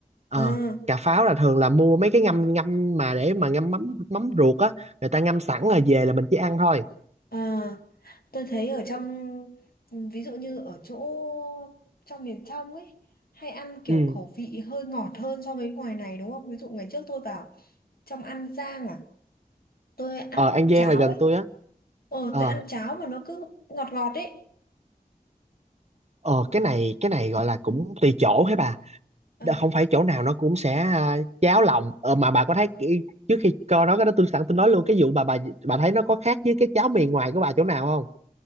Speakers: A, on the right; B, on the left.
A: ờ
B: à
A: cà pháo là thường là mua mấy cái ngâm ngâm mà để mà ngâm mắm mắm ruột á người ta ngâm sẵn rồi về là mình chỉ ăn thôi
B: à tôi thấy ở trong ví dụ như ở chỗ trong miền trong ấy hay ăn kiểu
A: ừ
B: khẩu vị hơi ngọt hơn so với ngoài này đúng không? Ví dụ ngày trước tôi vào trong An Giang à, tôi ăn
A: ờ An Giang
B: cháo
A: là gần
B: ấy.
A: tôi á
B: Ờ
A: ờ
B: tôi ăn cháo mà nó cứ ngọt ngọt ấy.
A: Ờ cái này cái này gọi là cũng tùy chỗ hả bà
B: À
A: Đã- không phải chỗ nào nó cũng sẽ à, cháo lòng ờ, mà bà có thấy kỹ- trước khi coi nói cái đó tôi sẵn tôi nói luôn cái vụ bà bà bà thấy nó có khác với cái cháo miền ngoài của bà chỗ nào không